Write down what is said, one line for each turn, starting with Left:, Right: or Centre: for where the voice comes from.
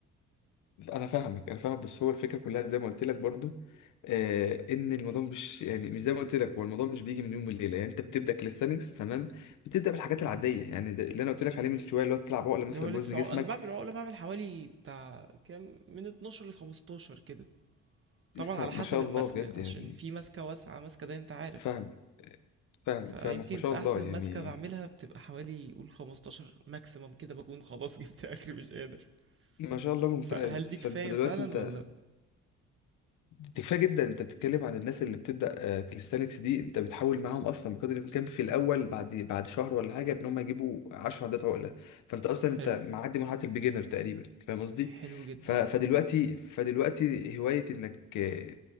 Left: انا فاهمك انا فاهمك بس هو الفكره كلها زي ما قلت لك برضو آه ان الموضوع مش يعني مش زي ما قلت لك هو الموضوع مش بيجي من يوم وليله يعني انت بتبدا كاليستانكس تمام بتبدا بالحاجات
Right: مهم.
Left: العاديه يعني ده اللي انا قلت لك عليه من شويه اللي هو تلعب عقله
Right: اللي
Left: مثلا
Right: هو لسه
Left: بوزن جسمك
Right: عق... انا بعمل عقله بعمل حوالي بتاع كام من 12 ل 15 كده طبعا
Left: لسه
Right: على
Left: ما
Right: حسب
Left: شاء
Right: الماسكه
Left: الله بجد
Right: عشان
Left: يعني
Right: في ماسكه واسعه ماسكه ده انت عارف
Left: فاهمك فاهمك
Right: فيمكن
Left: فاهمك ما شاء
Right: في
Left: الله
Right: احسن
Left: يعني
Right: ماسكه بعملها بتبقى حوالي قول 15 ماكسيمم كده بكون خلاص <laughs> جبت اخري مش قادر
Left: ما شاء الله ممتاز
Right: فهل دي
Left: فانت
Right: كفايه
Left: دلوقتي
Right: فعلا
Left: انت
Right: ولا
Left: دي كفايه جدا انت بتتكلم عن الناس اللي بتبدا آه، كاليستانكس دي انت بتحاول معاهم اصلا بقدر الامكان في الاول بعد بعد شهر ولا حاجه ان هم يجيبوا 10 عدات عقله فانت اصلا انت
Right: حلو
Left: معدي مرحله البيجنر تقريبا فاهم قصدي
Right: حلو جدا
Left: ف- فدلوقتي فدلوقتي هوايه انك آه،